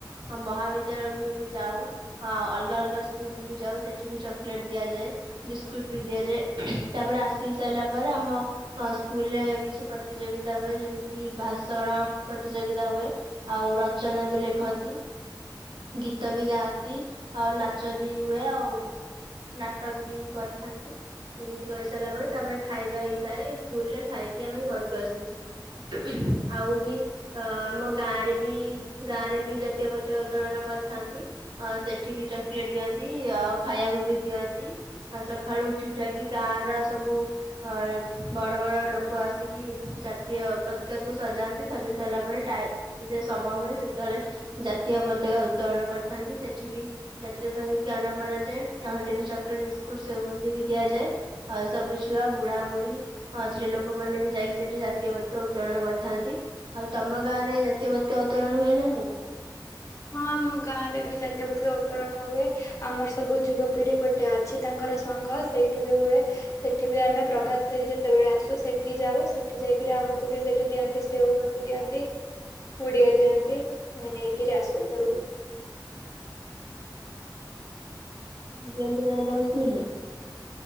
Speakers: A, on the right; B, on the left.
A: ହଁ ମହାବିଦ୍ୟାଳୟକୁ ବି ଆମେ ଯାଉ ଆଉ ଅଲଗା ଅଲଗା ସ୍କୁଲ ବି ଯାଉ ସେଠି ବି ଚକୋ ଦିଆଯାଏ ବିସ୍କୁଟ ବି ଦିଆଯାଏ ତାପରେ ଆସି ସାରିଲା ପରେ ଆମ ସ୍କୁଲରେ କିଛି ପ୍ରତିଯୋଗିତା ହୁଏ ଯେମିତି କି ଭାଷଣ ଭାଷଣ ପ୍ରତିଯୋଗିତା ହୁଏ ଆଉ ରଚନା ବି ଲେଖନ୍ତି। ଗୀତ ବି ଗାଆନ୍ତି ଆଉ ନାଚ ବି ହୁଏ ଆଉ ନାଟକ ବି କରିଥାନ୍ତି। ଏମିତି କରିସାରିଲା ପରେ ତାପରେ ଖାଇବା ହେଇଥାଏ ସ୍କୁଲ ରେ ଖାଇକି ଆମେ ଘରକୁ ଆସୁ। <inaudible> ଆଉ ବି ଅ ଆମ ଗାଁରେ ବି ଗାଁରେ ବି ଜାତୀୟ ପତାକା ଉତ୍ତୋଳନ କରିଥାନ୍ତି। ଅ ସେଠି ବି ଚକୋଲେଟ ଦିଅନ୍ତି ଆଉ ଖାଇବାକୁ ବି ଦିଅନ୍ତି ଆଉ ସକାଳୁ ଉଠି ଉଠାକି ଗାଁ ର ସବୁ ଅ ବଡ ବଡ ଲୋକ ଆସିକି ଜାତୀୟ ପତାକା କୁ ସଜାନ୍ତି ସଜା ସାରିଲା ପରେ ଟାଇମ୍ ରେ ସମ ହୁଏ ସେତେବେଳେ ଜାତୀୟ ପତାକା ଉତ୍ତୋଳନ କରିଥାନ୍ତି ସେଠି ବି ଜାତୀୟ ସଙ୍ଗୀତ ଗାନ କରାଯାଏ ଆଉ ସେଠି ବି ଚକୋଲେଟ୍ ବିସ୍କୁଟ ସେଓ ବୁନ୍ଦି ବି ଦିଆଯାଏ ଆ ସବୁ ଛୁଆ ବୁଢା ବୁଢ଼ୀ ହଁ ସ୍ତ୍ରୀ ଲୋକ ମାନେ ବି ଯାଇକି ସେଠି ଜାତୀୟ ପତ ଉତ୍ତୋଳନ କରିଥାନ୍ତି। ଆଉ ତମ ଗାଁ ରେ ଜାତୀୟ ପତାକା ଉତ୍ତୋଳନ ହୁଏ ନା ନାହିଁ?
B: ହଁ ଆମ ଗାଁ ରେ ବି ଜାତୀୟ ପତାକା ଉତ୍ତୋଳନ ହୁଏ। ଆମର ସବୁ ଯୁବପିଢି ଗୋଟେ ଅଛି ତାଙ୍କର ସଂଘ ସେଇଠି ବି ହୁଏ ସେଠି ବି ଆମେ ପ୍ରଭାତ ଫେରି ଯେତେବେଳେ ଆସୁ ସେଠି ଯାଉ ସେଠି ଯାଇକି ଆମକୁ ବି ସେଠି ଦିଅନ୍ତି ସେଓ ବୁନ୍ଦି ଦିଅନ୍ତି ପୁଡିଆ ଦିଅନ୍ତି ଆମ ନେଇକିରି ଆସୁ। ତ ଘରକୁ
A: ଦିଅନ୍ତି ନା ନାହିଁ ତମ ସ୍କୁଲ ରେ?